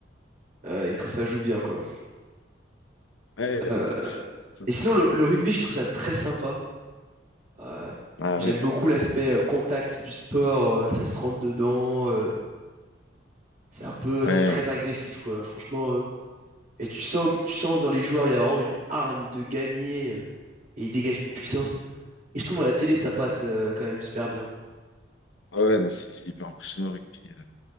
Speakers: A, on the right; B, on the left.
A: euh, et quand ça joue bien quoi.
B: Ouais,
A: Euh,
B: voilà. C'est ça.
A: et sinon, le, le rugby, je trouve ça très sympa. Euh,
B: Ah
A: j'aime
B: ouais.
A: beaucoup l'aspect euh, contact du sport, euh, ça se rentre dedans. euh, c'est un peu,
B: Ouais.
A: c'est très agressif quoi. Franchement, euh, Et tu sens, que- tu sens que dans les joueurs, il y a vraiment une hargne de gagner euh, et ils dégagent une puissance. Et je trouve à la télé, ça passe euh, quand même super bien.
B: Ah ouais, non, c'est c'est hyper impressionnant le rugby. euh.